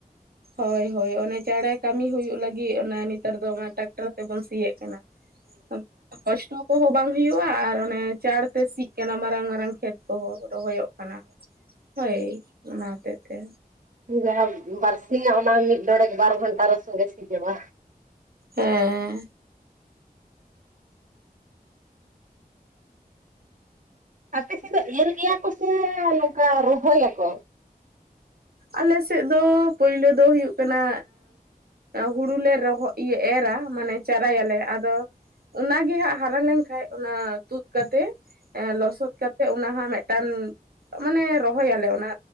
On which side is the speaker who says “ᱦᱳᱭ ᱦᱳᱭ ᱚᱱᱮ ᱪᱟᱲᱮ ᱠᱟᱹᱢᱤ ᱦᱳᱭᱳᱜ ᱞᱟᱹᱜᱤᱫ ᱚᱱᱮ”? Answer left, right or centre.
Right